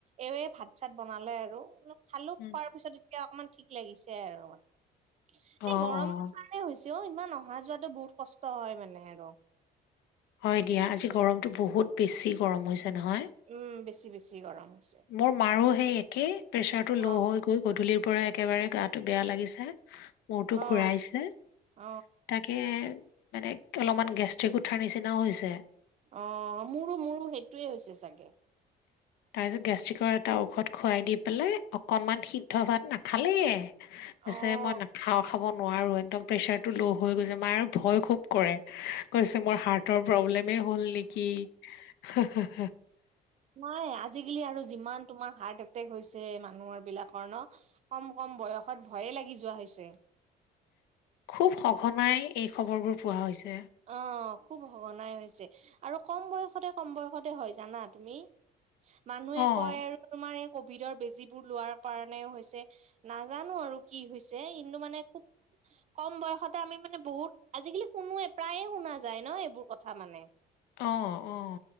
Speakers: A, on the right; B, on the left.
A: এওঁৱে ভাত চাত বনালে আ ৰু অলপ খালো,
B: উম
A: খোৱাৰ পিছত এতিয়া অকণমান ঠিক লাগিছে আৰু মানে।
B: অ'
A: এ গৰম
B: অ'
A: কাৰণে হৈছে অও ইমান অহা যোৱাতো বহুত কষ্ট হয় মানে আৰু
B: হয় দিয়া আজি গৰমটো বহুত বেছি গৰম হৈছে নহয়।
A: উম, বেছি বেছি গৰম হৈছে।
B: মোৰ মাৰো সেই একেই প্ৰেচাৰ টো
A: অ
B: ল' হৈ গ'ল। গধূলিৰ পৰা একেবাৰে গাটো বেয়া লাগিছে। মূৰতো
A: অ
B: ঘূৰাইছে।
A: অ
B: তাকে মানে অলমান গেষ্ট্ৰিক উঠাৰ নিচিনাও হৈছে।
A: অঁ মোৰো মোৰো সেইটোৱে হৈছে চাগে।
B: তাৰছত গেষ্ট্ৰিকৰ এটা ঔষধ খুৱাই দি পেলাই, অকণমান সিদ্ধ ভাত নাখালে কৈছে
A: অ
B: মই নাখাওঁ খাব নোৱাৰো, একদম প্ৰেচাৰটো ল' হৈ গৈছে। মাৰ ভয় খুব কৰে। কৈছে মোৰ হাৰ্টৰ প্ৰব্লেমে হ'ল নেকি? হা হা হা
A: নাই আজিকালি আৰু যিমান তোমাৰ হাৰ্ট এটেক হৈছে, মানুহৰ বিলাকৰ ন'? কম কম বয়সত ভয়ে লাগি যোৱা হৈছে।
B: খুব সঘনাই এই খবৰ বোৰ পোৱা হৈছে।
A: অঁ খুব সঘনাই হৈছে আৰু কম বয়সতে কম বয়সতে হয়, জানা তুমি? মানুহে
B: অ',
A: কয় আৰু তোমাৰ এই কভিডৰ বেজী বোৰ লোৱাৰ কাৰণেই হৈছে। নাজানো আৰু কি হৈছে, কিন্তু মানে খুব কম বয়সতে আমি মানে বহুত আজিকালি শুনোৱে প্ৰায়ে শুনা যায় ন', এইবোৰ কথা মানে।
B: অঁ অঁ